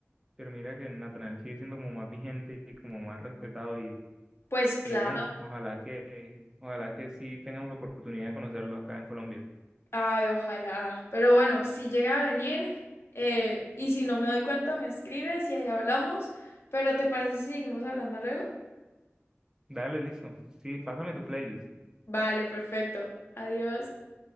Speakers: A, on the right; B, on the left.
A: pero mira que Natanael sigue siendo como más vigente y como más respetado y,
B: Pues claro.
A: y bueno, ojalá que, ojalá que sí tengamos la oportunidad de conocerlo acá en Colombia.
B: Ay, ojalá. Pero bueno, si llega a venir eh, y si no me doy cuenta, me escribes y ahí hablamos. Pero ¿te parece si seguimos hablando luego?
A: Dale, listo. Sí, pásame tu playlist.
B: Vale, perfecto. Adiós.